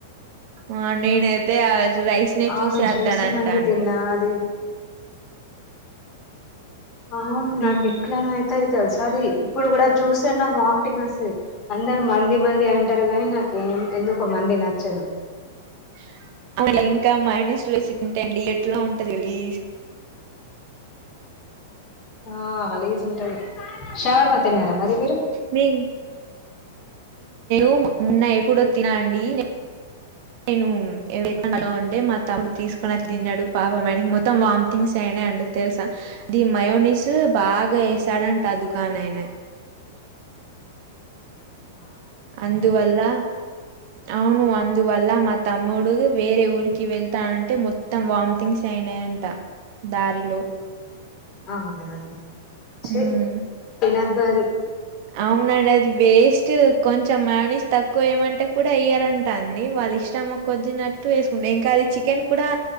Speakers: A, on the right; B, on the left.
A: ఉ నేనైతే రైస్ నే
B: అవును
A: చూసి చేస్తానంట
B: జ్యూసీ మంది
A: అండి
B: తిన్నా అది అవును
A: నేను
B: నాకు ఎట్లను అయితేయి తెలుసా అది ఇప్పుడు కూడా చూస్తే నాకు వామిటింగ్ వస్తది అందరూ మండి మండి అంటారు కానీ నాకు ఎందుకో మండి నచ్చదు
A: <inaudible> ఇంకా మనుషు వచ్చి తింటండి ఎట్లా ఉంటంది గలీజ్ గా
B: ఆ గలీజ్ గా ఉంటాది షవర్మ తిన్నారా మరి మీరు
A: మే ఉ మొన్న ఎప్పుడో తిన్నానండి నేను <inaudible> ఉంటే మా తమ్ముడు తీసుకునీ తిన్నాడు పాపం వాడికి మొత్తం వాంటింగ్స్ అయినాయి అండ్ తెలుసా అది మయూనిస్ బాగా వేసాడంట ఆ దుకాణాయన
B: ఆ
A: అందువల్ల అవును అందువల్ల మా తమ్ముడు వేరే ఊరికి వెళ్తా అంటే మొ మొత్తం వాంటింగ్స్ అయినాయంట దారిలో
B: అవునా చీ
A: ఉమ్
B: తినద్దది
A: అవునండి అది వేస్ట్ కొంచెం మయూనిస్ తక్కువ ఏమంటే కూడా ఎయ్యరంటాండి వాళ్ల ఇష్టము కొద్దిన్నట్టు వేసుకుండే ఇంకా అది చికెన్ కూడా